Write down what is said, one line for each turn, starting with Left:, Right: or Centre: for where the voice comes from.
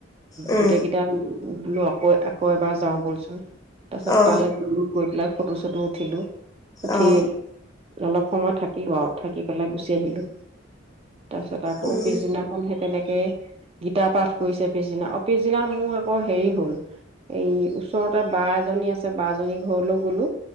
Left: উম
Right: গোটেই কিটা মি বোলো আকৌ-আকৌ এবাৰ যাওঁ ব'লচো <unintelligible> তাৰপিছত
Left: অ
Right: তালৈ গলোঁ, গৈ পেলাই ফট ফটো-চটো উঠিলোঁ। উঠি
Left: অ
Right: অলপ সময় থাকিলোঁ আৰু থাকি পেলাই গুচি আহিলোঁ। তাৰপিছত আকৌ
Left: উম
Right: পিছদিনাখন হেপেনে কে গীতা পাঠ কৰিছে পিছদিনা। অ', পিছদিনা মোৰ আকৌ হেৰি হ'ল এই ওচৰত তাত বা এজনী আছে বা জনী ঘৰলৈ গলো।